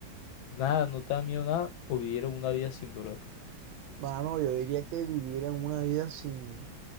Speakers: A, on the left; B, on the right.
A: Nada, no te da miedo nada, o vivir en una vida sin dolor.
B: Mano, yo diría que vivir en una vida sin,